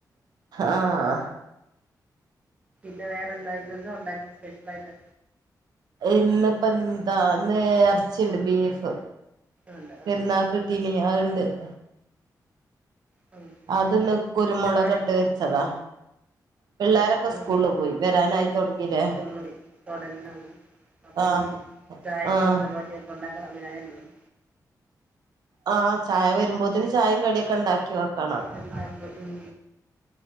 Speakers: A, on the right (about 75°); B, on the right (about 20°).
A: ആഹ്
B: പിന്നെ വേറെന്താ ഇന്നെന്താ ഒണ്ടാക്കിയെ സ്പെഷ്യലായിട്ട്
A: ഇന്നിപ്പ എന്താ നേർച്ചുണ്ട് ബീഫ്
B: ഉണ്ട്
A: പെരുന്നാക്ക്
B: ആ
A: കിട്ടീല്ലേ അത് <unintelligible>
B: ഉം ഉം ഉം
A: അത്ന്ന് കുരുമുളക്
B: പിള്ളാരൊക്കെ
A: ഇട്ട് വെച്ചതാ പിള്ളോരൊക്കെ
B: ഉം
A: സ്കൂളി പോയി വരാനായി തുടങ്ങില്ലേ
B: സ്കൂളിൽ പോയി തുടങ്ങി അപ്പൊ
A: ആഹ്
B: ഇനി ചായക്കുള്ള
A: ആഹ്
B: പരിപാടിയൊക്കെ ഉണ്ടാക്കാൻ സമയായെന്ന് തോന്നു
A: ആഹ് ചായ വരുമ്പോത്തന് ചായയും കടിയൊക്കെ ഉണ്ടാക് ക്ക് വെക്കണം
B: എന്താക്ക്ണ് ഉം